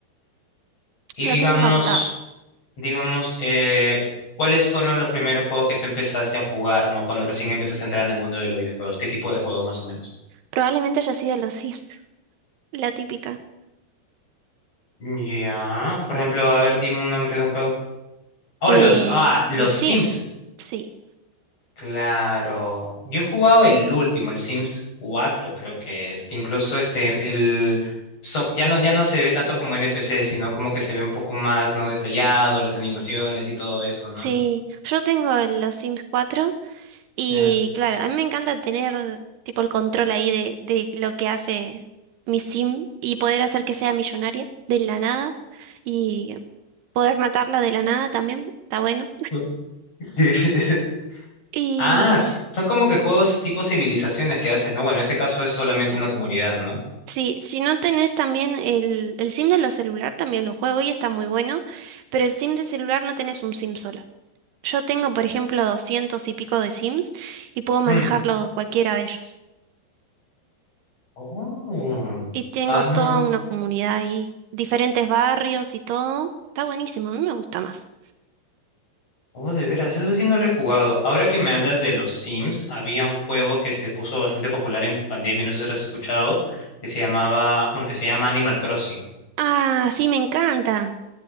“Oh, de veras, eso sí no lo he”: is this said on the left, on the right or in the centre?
Left